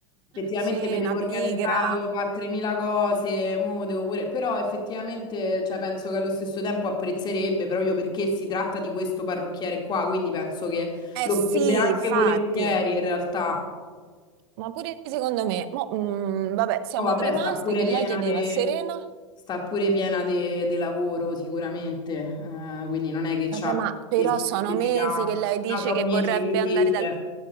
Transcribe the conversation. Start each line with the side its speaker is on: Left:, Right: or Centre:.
Left: Effettivamente
Right: sì,
Left: me devo
Right: una
Left: organizzare,
Right: pigra.
Left: devo fare 3.000 cose, mo devo pure... però effettivamente cioè, penso che allo stesso tempo apprezzerebbe proprio perché si tratta di questo parrucchiere qua, quindi penso che
Right: Eh
Left: lo
Right: sì,
Left: farebbe anche
Right: infatti.
Left: volentieri in realtà.
Right: Ma pure secondo me, mo, mm, vabbè, siamo
Left: Poi vabbè,
Right: rimaste
Left: sta pure
Right: che
Left: piena
Right: lei chiedeva
Left: di
Right: a Serena
Left: sta pure piena de- de lavoro sicuramente, eh, quindi non è che
Right: Vabbè,
Left: c'ha
Right: ma però
Left: disponibilità,
Right: sono mesi che lei dice
Left: però sono
Right: che
Left: mesi
Right: vorrebbe
Left: che lui dice,
Right: andare dal...